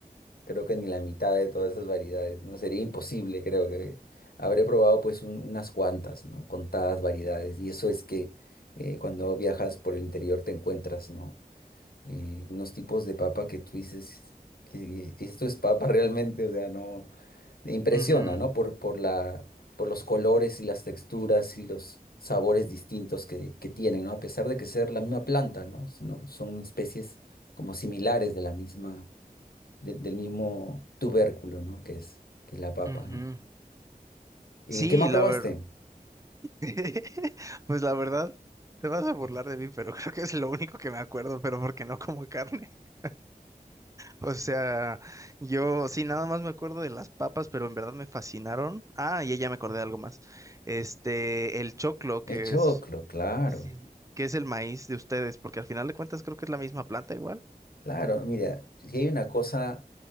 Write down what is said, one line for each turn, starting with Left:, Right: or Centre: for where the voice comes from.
Left: creo que ni la mitad de todas esas variedades, ¿no? Sería imposible, creo que habré probado pues un- unas cuantas, ¿no? Contadas variedades. Y eso es que eh, cuando viajas por el interior te encuentras, ¿no? Eh, unos tipos de papa que tú dices, que esto es papa <laughs> realmente, o sea, no. Impresiona,
Right: ujú,
Left: ¿no? Por, por la, por los colores y las texturas y los sabores distintos que, que tienen, ¿no? A pesar de que ser la misma planta, ¿no? Sino- Son especies como similares de la misma, de- del mismo tubérculo, ¿no? Que es, que es la papa,
Right: ujú.
Left: ¿no? ¿Y
Right: Sí,
Left: qué más
Right: la
Left: probaste?
Right: verdad. <laughs> Pues la verdad, te vas a burlar de mí, pero <laughs> creo que es lo único que me acuerdo, pero porque no como carne. <laughs> O sea, yo sí, nada más me acuerdo de las papas, pero en verdad me fascinaron. Ah, y ya me acordé de algo más. Este, el choclo, que
Left: El choclo,
Right: es,
Left: claro,
Right: sí, que es el maíz de ustedes, porque al final de cuentas creo que es la misma planta igual.
Left: claro. Mira, si hay una cosa